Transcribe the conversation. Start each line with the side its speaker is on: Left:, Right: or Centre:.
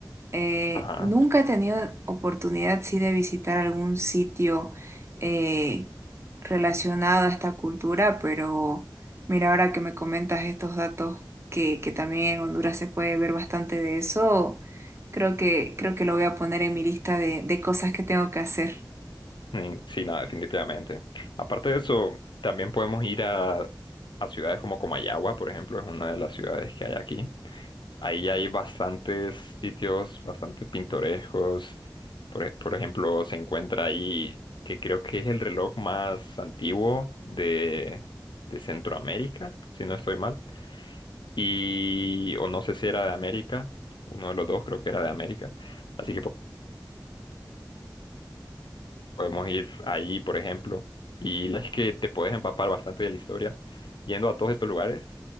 Right: Eh,
Left: ajá.
Right: nunca he tenido oportunidad, sí, de visitar algún sitio eh, relacionado a esta cultura, pero mira, ahora que me comentas estos datos, que, que también en Honduras se puede ver bastante de eso, creo que, creo que lo voy a poner en mi lista de, de cosas que tengo que hacer.
Left: Mm, Sí, nada, definitivamente. Aparte de eso, también podemos ir a, a ciudades como Comayagua, por ejemplo, es una de las ciudades que hay aquí. Ahí hay bastantes sitios bastante pintorescos. Por, e- por ejemplo, se encuentra ahí que creo que es el reloj más antiguo de, de Centroamérica, si no estoy mal. Y, o no sé si era de América, uno de los dos creo que era de América. Así que Podemos ir ahí, por ejemplo. Y la verdad es que te puedes empapar bastante de la historia. Yendo a todos estos lugares,